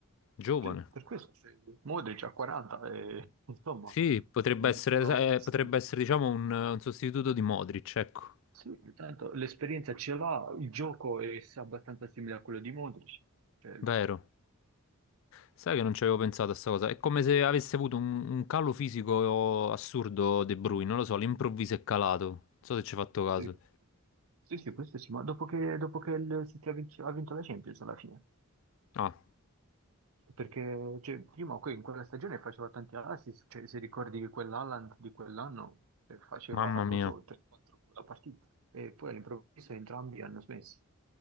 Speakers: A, on the left; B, on the right.
A: giovane.
B: Sì, per questo. c'è Modric ha 40 e <laughs> insomma
A: Sì, potrebbe
B: non
A: essere,
B: sono così,
A: eh, potrebbe
B: ecco.
A: essere, diciamo, un, un sostituto di Modric, ecco,
B: Sì, tanto l'esperienza ce l'ha, il gioco è abbastanza simile a quello di Modric. Cioè,
A: vero. Sai che non ci avevo pensato a sta cosa. È come se avesse avuto un, un calo fisico assurdo De Bruyne, non lo so, all'improvviso è calato. Non so se ci hai fatto caso.
B: sì. Sì, sì, questo sì, ma dopo che, dopo che il City ha vinto, ha vinto la Champions alla fine,
A: Ah,
B: perché cioè, prima que- in quella stagione faceva tanti assist, cioè, se ricordi che quell'Haaland di quell'anno eh, faceva,
A: mamma mia.
B: non so, 3-4 la partita, e poi all'improvviso entrambi hanno smesso.